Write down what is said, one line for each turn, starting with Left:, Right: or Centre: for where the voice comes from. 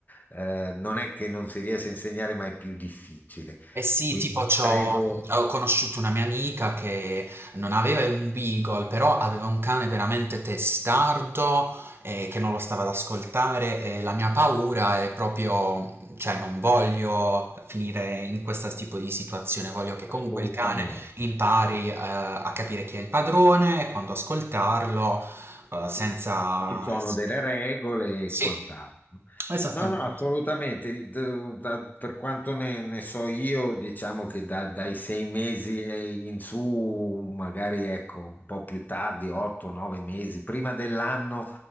Left: eh, non è che non si riesca a insegnare, ma è più difficile.
Right: Eh sì,
Left: Quindi
Right: tipo c'ho
Left: credo
Right: ho conosciuto
Left: eh,
Right: una mia amica che non aveva un beagle, però aveva un cane veramente testardo eh, che non lo stava ad ascoltare e la mia paura è proprio, cioè non voglio finire in questo tipo di situazione, voglio che comunque
Left: assolutamente.
Right: il cane impari eh, a capire chi è il padrone, e quando ascoltarlo, eh, senza...
Left: ci sono delle regole e
Right: Sì,
Left: quant'altro.
Right: esattamente.
Left: No, no, no, assolutamente. D- da- per quanto ne, ne so io, diciamo che da- dai sei mesi e in su, magari ecco, un po' più tardi, otto, nove mesi, prima dell'anno,